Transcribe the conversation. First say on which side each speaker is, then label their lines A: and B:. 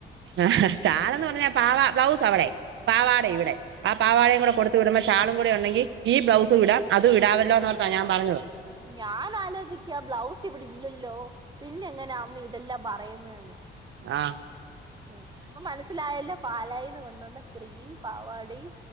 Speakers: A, on the right (about 70°); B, on the right (about 20°).
A: ആഹ ചാലന്ന് പറഞ്ഞ പാവ ബ്ലൗസ് അവിടെ പാവാടയും
B: ആ
A: ഇവിടെ ആ പാവാടയും കൂടെ കൊടുത്ത വിടുമ്പോേ ാളും കൂടി ഉണ്ടെങ്ക ഈ ബ്ലൗസ് വിടാം അത്ും വിടാവല്ലോന്ന്ോർത്താ ഞാൻ പറഞ്ഞത്
B: ഞാൻ ആലോചിക്കുക ബ്ലൗസ് ഇവിടെ ഇല്ലല്ലോ പിന്നെ എങ്ങനെ അമ്മ ഇതെല്ലാം പറയുന്നതന്ന്
A: ആഹ
B: ഉ ഇപ്പൊ മനസ്സിലായല്ലോ പാലായിന്ന് കൊണ്ടുവ ക്രീം പാവാടയും